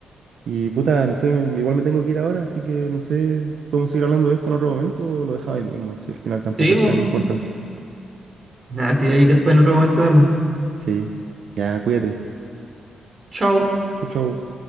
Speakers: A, on the right; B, on the right.
A: Y puta, no sé, me- igual me tengo que ir ahora, así que no sé, podemos seguir hablando de esto en otro momento o lo dejaba ahí mismo, si al final tampoco
B: Sí,
A: es
B: pues.
A: tan importante.
B: Nada, sí, ahí después en otro momento vemos.
A: Sí, ya, cuídate.
B: Chao.
A: Chau, chau.